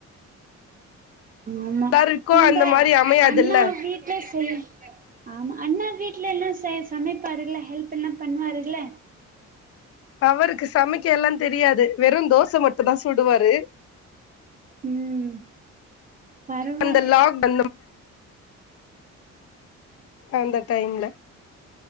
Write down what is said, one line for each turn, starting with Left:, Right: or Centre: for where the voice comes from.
Right: ஆமா
Left: எல்லாருக்கு
Right: உங்க
Left: அந்த மாரி அமையாதுல்ல
Right: அண்ணா வீட்ல <unintelligible> ஆமா அண்ண வீட்ல எல்லா சே சமைப்பாருல்ல ஹெல்ப் எல்லா பண்ணுவாருல்ல
Left: அவருக்கு சமைக்க எல்லாந் தெரியாது வெறு தோச மட்டுந்தா சுடுவாரு
Right: ம் பரவால்
Left: அந்த லாக் <inaudible> அந்த டைம்ல